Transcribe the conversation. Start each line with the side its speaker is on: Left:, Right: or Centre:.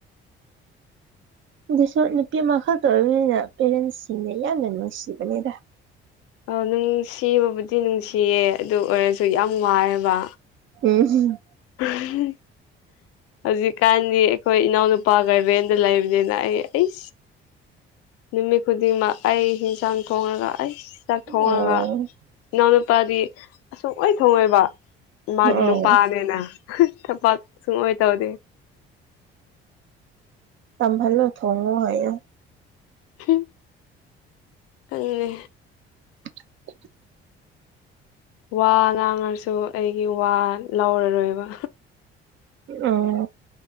Right: ꯑꯗꯨꯁꯨ ꯅꯨꯄꯤ ꯑꯃꯈꯛꯇ ꯑꯣꯏꯔꯕꯅꯤꯅ ꯄꯦꯔꯦꯟꯁꯁꯤꯡꯅ ꯌꯥꯝꯅ ꯅꯨꯡꯁꯤꯕꯅꯦꯗ
Left: ꯑ ꯅꯨꯡꯁꯤꯕꯕꯨꯗꯤ ꯅꯨꯡꯁꯤꯌꯦ ꯑꯗꯨ ꯑꯣꯏꯔꯁꯨ ꯌꯥꯝ ꯋꯥꯏꯑꯦꯕ
Right: ꯎꯝ ꯍꯝ
Left: <unintelligible> ꯍꯧꯖꯤꯛꯀꯥꯟꯗꯤ ꯑꯩꯈꯣꯏ ꯏꯅꯥꯎꯅꯨꯄꯥ ꯒꯔꯕꯦꯟꯗ ꯂꯩꯕꯅꯤꯅ ꯑꯩ ꯑꯩ ꯅꯨꯃꯤꯠ ꯈꯨꯗꯤꯡꯃꯛ ꯑꯩ ꯏꯟꯁꯥꯡ ꯊꯣꯡꯉꯒ ꯑꯩ ꯆꯛ ꯊꯣꯡꯉꯒ
Right: ꯑꯣ
Left: ꯏꯅꯥꯎꯅꯨꯄꯥꯗꯤ ꯑꯁꯨꯛ ꯂꯣꯏ ꯊꯣꯡꯉꯣꯏꯕ ꯃꯥꯗꯤ
Right: ꯑꯣ
Left: ꯅꯨꯄꯥꯅꯦꯅ ꯊꯕꯥꯛ ꯁꯨꯡꯑꯣ ꯑꯣꯏ ꯇꯧꯗꯦ
Right: ꯇꯍꯂꯣ ꯊꯣꯡꯉꯣ ꯍꯥꯏꯌꯦ
Left: ꯍꯝ ꯐꯪꯅꯦ
Right: <inaudible>
Left: ꯋꯥ ꯉꯥꯡꯉꯁꯨ ꯑꯩꯒꯤ ꯋꯥ ꯂꯧꯔꯔꯣꯏꯕ
Right: ꯑꯣ